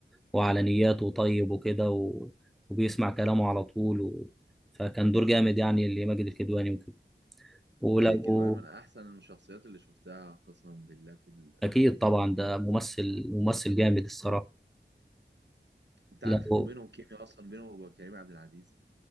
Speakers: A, in the centre; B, on the right.
A: وعلى نياته طيب وكده و... وبيسمع كلامه على طول و... فكان دور جامد يعني اللي ماجد الكدواني وكده ولو
B: ماجد الكدواني من أحسن الشخصيات اللي شفتها قسما بالله في الأفلام
A: اكيد طبعا
B: كلها
A: ده ممثل ممثل جامد الصراحه
B: أنت
A: لو
B: عارف إنه بينهم كيميا أصلا بينه وبين كريم عبد العزيز